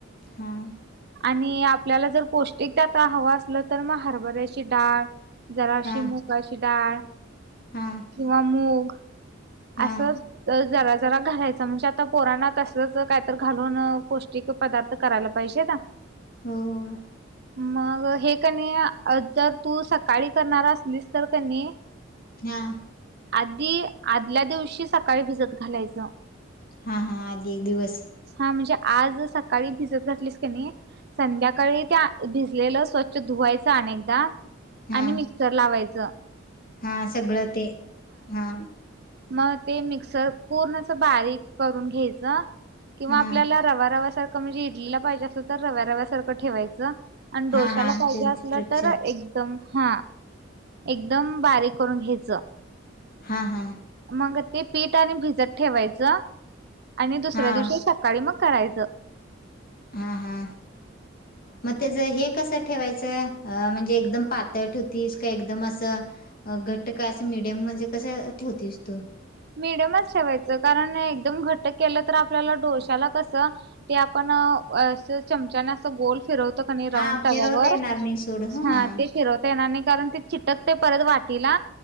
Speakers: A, on the left; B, on the right.
A: हं.
B: आणि आपल्याला जर पौष्टिक त्यात हवं असलं तर मग हरभऱ्याची डाळ, जरा अशी
A: हा
B: मुगाची डाळ,
A: हा
B: किंवा मुग
A: हा
B: असं जरा.. जरा घालायचं म्हणजे आता पोरांना तसलच काहीतरी घालून पौष्टिक पदार्थ करायला पाहिजे ना?
A: हो, होय.
B: मग हे कनी जर तू सकाळी करणार असलीस तर कनी..
A: हां
B: आधी.. आदल्या दिवशी सकाळी भिजत घालायचं.
A: हां हां आधी एक दिवस.
B: म्हणजे आज सकाळी भिजत घातलीस की नाही, संध्याकाळी त्या भिजलेलं स्वच्छ धुवायचं अनेकदा..
A: हा
B: आणि मिक्सर लावायचं.
A: हा सगळं ते हा
B: मग ते मिक्सर पूर्णअस बारीक करून घ्यायचं किंवा
A: हा
B: आपल्याला रवा रवा सारखं म्हणजे इडलीला पाहिजे असलं तर रव्या रव्या सारखं ठेवायचं आणि
A: हा
B: डोश्याला
A: हा
B: पाहिजे
A: ते स्ट्रक्चर
B: असलं तर एकदम हा एकदम बारीक करून घ्याचं
A: हा हा
B: मग ते पीठ आणि भिजत ठेवायचं आणि दुसऱ्या
A: हा
B: दिवशी सकाळी मग, करायचं
A: हा हा मग त्याच हे कसं ठेवायचं? अ म्हणजे एकदम पातळ ठेवतीस, का एकदम असं घट्ट का, असं मीडियम म्हणजे कसं ठेवतीस तू?
B: मिडियमच ठेवायचं, कारण एकदम घटक केलं तर आपल्याला डोश्याला कसं ते... आपण अस चमचाने असं गोल फिरव
A: हा
B: राऊंड तव्यावर
A: फिरवता येणार नाही सोड हं
B: हा
A: हां.
B: ते फिरवता येणार नाही कारण ते चिटकतय परत वाटीला